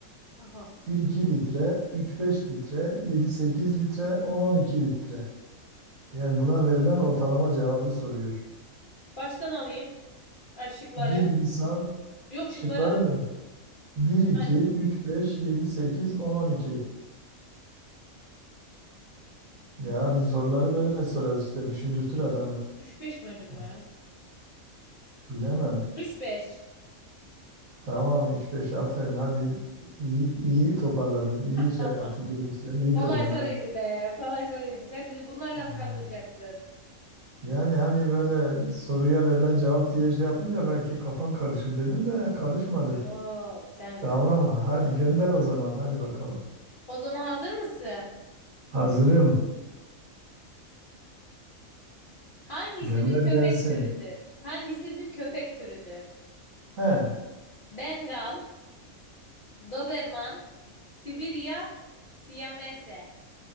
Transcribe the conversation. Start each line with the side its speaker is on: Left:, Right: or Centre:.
Left: aha.
Right: 1-2 litre, 3-5 litre, 7-8 litre, 10-12 litre. Yani buna verilen ortalama cevabı soruyor.
Left: Baştan alayım. Ay, şıkları.
Right: Bir insan
Left: Yok şıkları
Right: şıkları
Left: alayım.
Right: mı? 1-2,
Left: Aynen.
Right: 3-5, 7-8, 10-12. Ya
Left: Hmm.
Right: biz soruları böyle sorarız işte düşündürtür adamı.
Left: 5. 3-5 mi acaba
Right: Eh,
Left: ya?
Right: Bilemem.
Left: 3-5.
Right: Tamam 3-5 aferin hadi iyi, iyi toparladın. iyi şey
Left: Ah,
Right: yaptın direksiyonu iyi
Left: kolay
Right: kırdın
Left: soruydu
Right: ha.
Left: be. Kolay soruydu. Sen bizi bunlarla
Right: Ha.
Left: mı kandıracaksın?
Right: Yani hani böyle soruya verilen cevap diye şey yapınca belki kafan karışır dedim de karışmadı.
Left: Yok sen.
Right: Tamam, hadi
Left: Allah.
Right: gönder o zaman. Hadi bakalım.
Left: O zaman hazır mısın?
Right: Hazırım.
Left: Hangisi
Right: Gönder
Left: bir köpek
Right: gelsin.
Left: türüdür? Hangisi bir köpek türüdür?
Right: He,
Left: Bengal, Doberman, Sibirya, Siyamese.